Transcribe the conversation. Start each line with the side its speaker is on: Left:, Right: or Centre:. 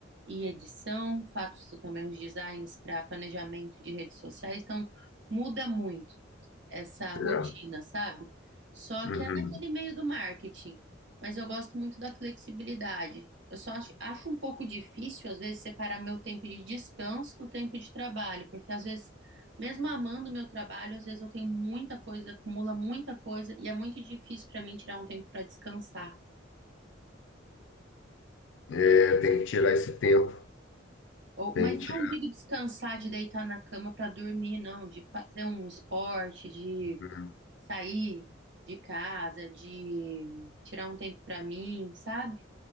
Right: e edição, faço também os designs para planejamento de redes sociais, então muda muito essa
Left: tirar.
Right: rotina, sabe? Só
Left: Uhum.
Right: que é naquele meio do marketing, mas eu gosto muito da flexibilidade. Eu só acho, acho um pouco difícil, às vezes, separar meu tempo de descanso do tempo de trabalho, porque às vezes, mesmo amando meu trabalho, às vezes eu tenho muita coisa, acumula muita coisa, e é muito difícil para mim tirar um tempo para descansar.
Left: É, tem que tirar esse tempo.
Right: Ou,
Left: Tem
Right: mas
Left: que tirar.
Right: não digo descansar de deitar na cama para dormir, não, de fazer um esporte, de
Left: Uhum.
Right: sair de casa, de tirar um tempo para mim, sabe?